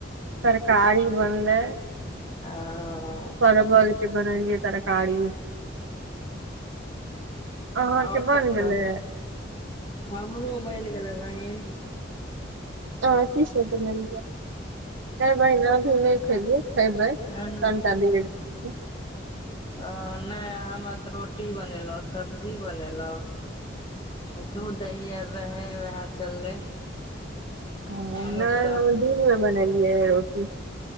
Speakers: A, on the right; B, on the left.
A: तरकारी बनलै
B: आ <unintelligible>
A: परवलके बनेलिये तरकारी अहाँके
B: और
A: बन
B: सब
A: गेलै
B: कह हमरो बनि गेलै बहिन हिन <unintelligible>
A: अहाँ की सब बनेलियै ए बहिन अभी नहि खेलियै खेबै
B: ह <unintelligible>
A: कनिटा देर से
B: ओ नहि त रोटी बनेलौ सब्जी बनेलौ दूध दही आर रहे वेहे चललै
A: आ
B: आओर
A: नै
B: सब
A: हम दिनमें बनेलियै रो कि <inaudible>